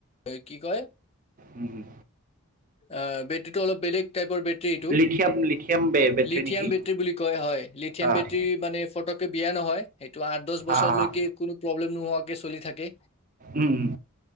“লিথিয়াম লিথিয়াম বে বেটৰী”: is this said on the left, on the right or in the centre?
Right